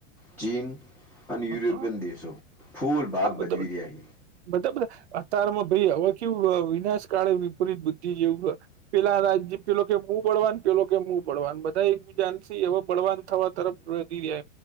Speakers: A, in the centre; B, on the right.
A: ચીન અને
B: હા
A: યુરોપિયન દેશો ફૂલ ભાગ
B: બધા
A: ભજવી
B: બધા
A: રહ્યા છે.
B: બધા બધા અતારમાં ભાઈ હવે કેવુ વિનાશ કાળે વિપરીત બુદ્ધિ જેવુ. પેલા રાજજી પેલો કે હું બળવાન પેલો કે હું બળવાન બધા એકબીજાથી એ બળવાન થવા તરફ દ જ